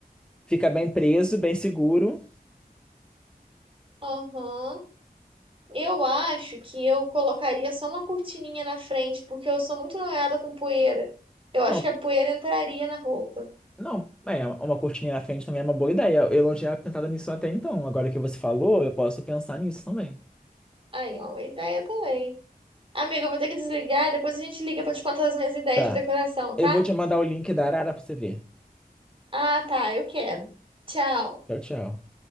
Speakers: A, in the centre; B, on the right (about 35°).
A: fica bem preso, bem seguro.
B: aham. Eu acho que eu colocaria só uma cortininha na frente, porque eu sou muito noiada com poeira. Eu acho
A: Não,
B: que a poeira entraria na roupa.
A: não, é, uma cortininha na frente também é uma boa ideia. Eu não tinha pensado nisso até então. Agora que você falou, eu posso pensar nisso também.
B: Aí, ó, uma ideia também. Amiga, eu vou ter que desligar, depois a gente liga pra te contar as minhas ideias
A: Tá.
B: de decoração, tá?
A: Eu vou te mandar o link da Arara pra você ver.
B: Ah, tá, eu quero. Tchau.
A: Tchau, tchau.